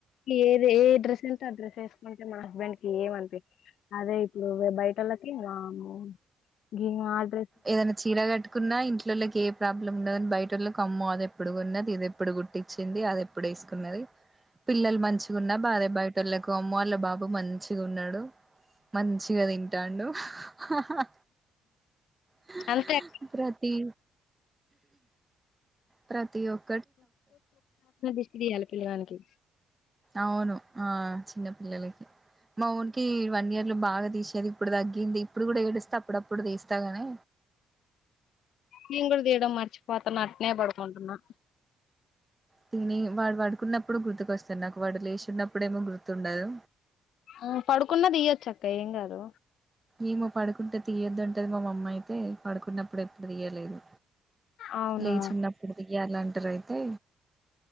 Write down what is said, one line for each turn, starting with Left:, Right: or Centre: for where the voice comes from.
Left: ఏది ఏ డ్రెస్ ఎ అ డ్రెస్ ఏసుకుంటే మా హస్బెండ్ కి ఏమనిపించదు అదే ఇప్పుడు బయటోల్లకి వామ్మో గీమే ఆడు
Right: ఏదైనా చీర కట్టుకున్నా ఇంట్లోలోకి ఏ ప్రాబ్లం ఉండదని బయట టోల్లకు అమ్మో అది ఎప్పుడు కొన్నది ఇది ఎప్పుడు గుట్టిచ్చింది అది ఎప్పుడు వేసుకున్నది పిల్లలు మంచిగున్న బాధే బయట టోల్లకు అమ్మో వాళ్ళ బాబు మంచిగా ఉన్నడు మంచిగా తింటండు హాహాహా హ
Left: అంతే
Right: ప్రతి ప్రతి ఒక్
Left: <inaudible> ఇదియ్యాలి పిల్లగానికి
Right: అవును ఆ చిన్న పిల్లలకి మావో కి వన్ ఇయర్ లో బాగా తీసేది ఇప్పుడు తగ్గింది ఇప్పుడు కూడా ఏడిస్త అప్పుడప్పుడు తీస్తా గని
Left: నేను గుడా తీయడం మర్చిపోతాన్న అట్నే పడుకుంటున్నా
Right: తిని వాడు పడుకున్నప్పుడు గుర్తుకస్తది నాకు వాడు లేచిన్నప్పుడు ఏమో గుర్తుండదు
Left: ఆ పడుకున్న దీయచ్చక్క ఏం కాదు
Right: ఏమో పడుకుంటే తీయొద్దు అంటది మా అమ్మ అయితే పడుకున్నప్పుడు ఎప్పుడు తీయలేదు
Left: అవునా
Right: లేచున్నప్పుడు దీయలం టరయితే